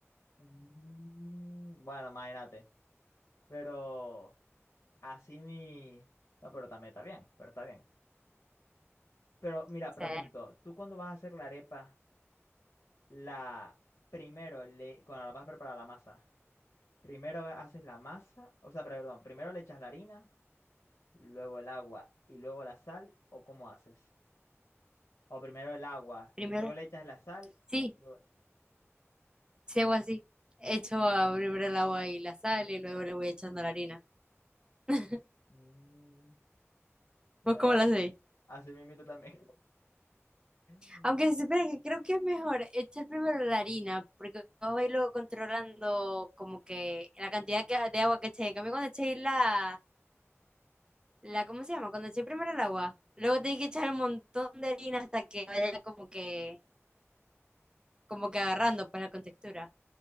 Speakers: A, on the left; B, on the right.
A: Mm, Bueno, imagínate. Pero así mi... No, pero también está bien, pero está bien. Pero mira,
B: O
A: pregunto,
B: sea,
A: ¿tú cuando vas a hacer la arepa, la... Primero, le... cuando la vas a preparar la masa, primero haces la masa, o sea, perdón, primero le echas la harina. luego el agua y luego la sal, o cómo haces? O primero el agua,
B: primero,
A: luego le echas la sal.
B: sí,
A: luego-
B: si hago así. Echo a- primero el agua y la sal y luego le voy echando la harina. <laughs>
A: Mm, bueno,
B: ¿Vos cómo la hacéis?
A: así mismito también. <laughs>
B: Aunque se supone que creo que es mejor echar primero la harina, porque vos vais luego controlando como que la cantidad que- de agua que echéis. En cambio, cuando echéis la, la, ¿cómo se llama? Cuando eché primero el agua. Luego tenés que echar un montón de harina hasta que vaya como que, como que agarrando pues la contextura.